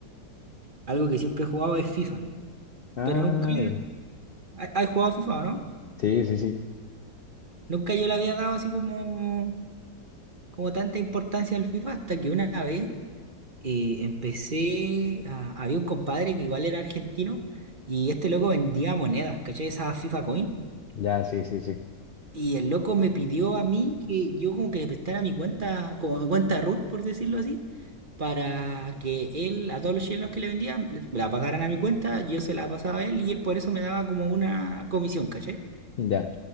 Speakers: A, on the right; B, on the left.
A: algo que siempre he jugado es FIFA,
B: Ah,
A: pero nunca,
B: ya.
A: ¿has jugado FIFA, o no?
B: Sí, sí, sí.
A: Nunca yo le había dado así como, como tanta importancia al FIFA hasta que una vez eh, empecé a- había un compadre que igual era argentino y este loco vendía monedas, ¿cachai? Esa FIFA Coin.
B: Ya, sí, sí, sí.
A: Y el loco me pidió a mí que yo como que le prestara mi cuenta, como mi cuenta root, por decirlo así, para que él, a todos los chilenos que le vendían, le- la pagaran a mi cuenta, yo se la pasaba a él y él por eso me daba como una comisión, ¿cachai?
B: Ya.